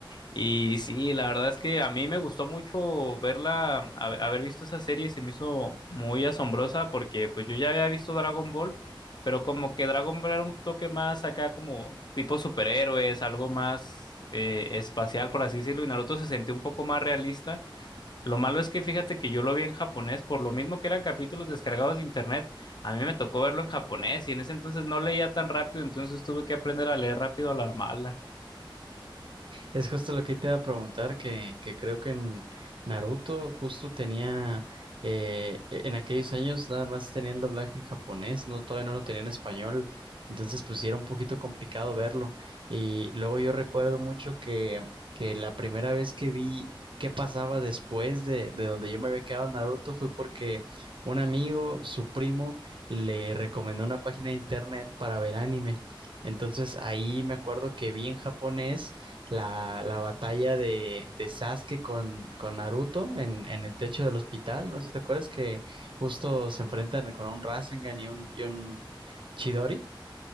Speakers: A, on the left; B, on the right.
A: Y sí, la verdad es que a mí me gustó mucho verla, ha- haber visto esa serie se me hizo muy asombrosa porque pues yo ya había visto Dragon Ball, pero como que Dragon Ball era un toque más acá como tipo superhéroes, algo más eh, espacial por así decirlo, y Naruto se sentía un poco más realista. Lo malo es que fíjate que yo lo vi en japonés, por lo mismo que eran capítulos descargados de internet, a mí me tocó verlo en japonés y en ese entonces no leía tan rápido, entonces tuve que aprender a leer rápido a la mala.
B: Es justo lo que te iba a preguntar, que, que creo que en Naruto justo tenía, eh, e, en aquellos años nada más tenían doblaje en japonés, no, todavía no lo tenía en español, entonces pues sí era un poquito complicado verlo. Y luego yo recuerdo mucho que, que la primera vez que vi qué pasaba después de, de donde yo me había quedado en Naruto fue porque un amigo, su primo, le recomendó una página de internet para ver anime. Entonces ahí me acuerdo que vi en japonés la, la batalla de, de Sasuke con, con Naruto en, en el techo del hospital. No sé si te acuerdas que justo se enfrentan con un Rasengan y un, y un Chidori.